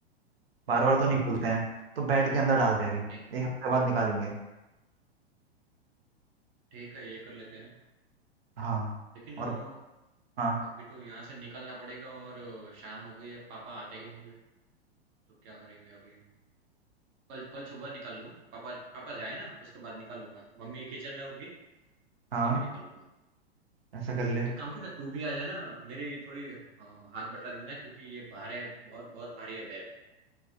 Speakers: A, on the right (about 60°); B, on the right (about 25°).
A: बार
B: हाँ
A: बार तो नहीं बोलते हैं तो बैड के अंदर डालते हैं अभी
B: नहीं
A: एक हफ्ते बाद निकालेंगे
B: ठीक है ये कर लेते हैं
A: हाँ
B: लेकिन
A: और
B: अ,
A: हाँ
B: अभी तो यहाँ से निकलना पड़ेगा और अ, शाम हो गई है पापा आते ही होंगे तो क्या करेंगे अभी कल कल सुबह निकल लूँ पापा पापा जाए ना उसके बाद निकल लूंगा मम्मी किचन में होगी
A: हाँ
B: तभी निकल लूंगा
A: ऐसा कर ले
B: एक काम करना तू भी आ जाना मेरी थोड़ी अ, हाथ बटा देना क्योंकि ये भार है बहुत बहुत भारी है बैग